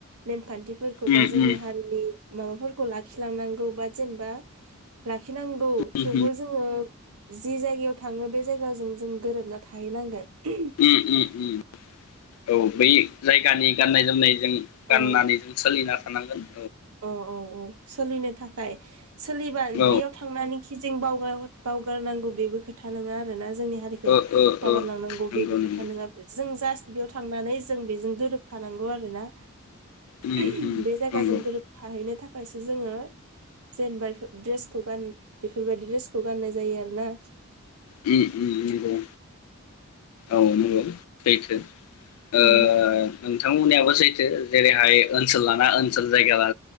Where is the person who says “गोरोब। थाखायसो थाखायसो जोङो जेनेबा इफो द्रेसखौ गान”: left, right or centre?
Right